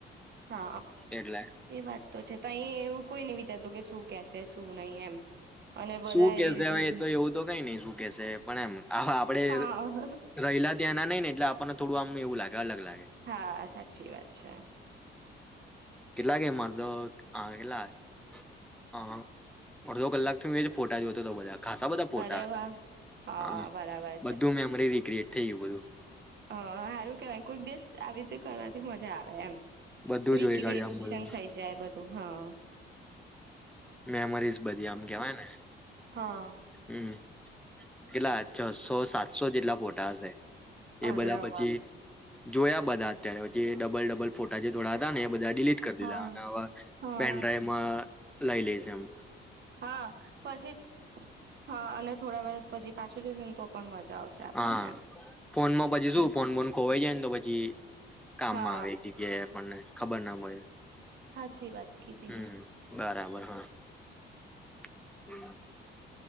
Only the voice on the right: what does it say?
હા
એ વાત તો છે તો અહી એવું કોઈ ન વિચા કે શું કેશે શું નહી એમ અને બધા
એવી રીતે
જ
હા
હા સાચી વાત છે
અરે
વાહ હા
બરાબર
હ હારું કેવાય કોઈક દિવસ આવી રીતે કરવા મજા આવે એમ
રીક્રએશન
થાયે જાય બધું હા
હા
અરેવા
વા
હા
હા
હા પછી હા અને થોડા વર્ષ પછી પાછું જોશેને તો પણ મજા આવશે આપણને
એમ
હમ.
હા
હાચીં વાત કીધી.